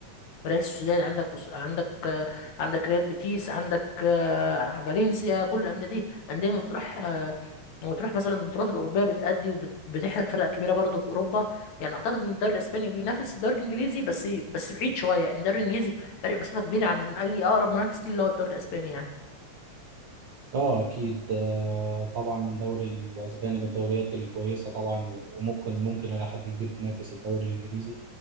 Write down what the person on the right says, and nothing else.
اه اكيد آه طبعا الدوري الاسباني من الدوريات الكويسه طبعا وممكن ممكن الى حد كبير تنافس الدوري الانجليزي